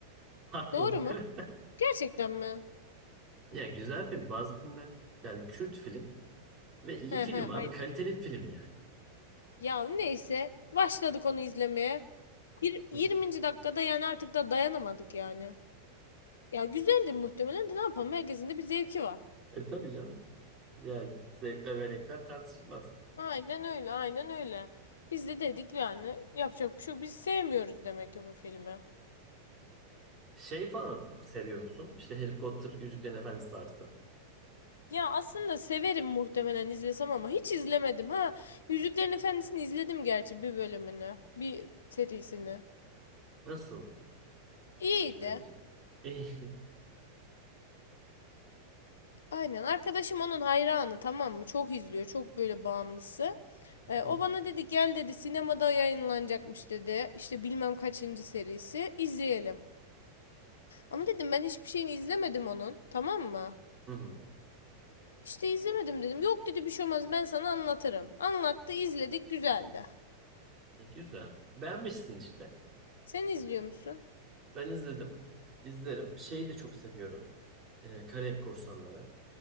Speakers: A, on the right (about 30°); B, on the left (about 65°).
A: Haklı.
B: Doğru mu?
A: <laughs>
B: Gerçekten mi?
A: Ya güzel film. Bazı filmler yani Kürt film ve iyi
B: He
A: film
B: he
A: abi.
B: aynen.
A: Kaliteli film yani.
B: Ya neyse başladık onu izlemeye. Yir-
A: <laughs>
B: 20. dakikada yani artık da dayanamadık yani. Ya güzeldi muhtemelen de ne yapalım herkesin de bir zevki var.
A: E tabii canım. Yani zevkler ve renkler tartışılmaz.
B: Aynen öyle aynen öyle. Biz de dedik yani yapacak bir şey yok. Biz sevmiyoruz demek ki bu filmi.
A: Şey falan seviyor musun? İşte Harry Potter, Yüzüklerin Efendisi tarzı.
B: Ya aslında severim muhtemelen izlesem ama hiç izlemedim ha. Yüzüklerin Efendisi'ni izledim gerçi bir bölümünü, bir serisini.
A: Nasıl
B: İyiydi.
A: Selin'cim? İyi.
B: Aynen. Arkadaşım onun hayranı tamam mı? Çok izliyor. Çok böyle bağımlısı. Ee,
A: <laughs>
B: o bana dedi gel dedi sinemada yayınlanacakmış dedi. İşte bilmem kaçıncı serisi. izleyelim. Ama dedim ben hiçbir şeyini izlemedim onun. Tamam mı?
A: Hı hı.
B: İşte izlemedim dedim. Yok dedi bir şey olmaz ben sana anlatırım. Anlattı izledik güzeldi.
A: E, güzel. Beğenmişsin işte.
B: Sen izliyor musun?
A: Ben izledim. İzlerim. Şeyi de çok seviyorum. E, Karayip Korsanları.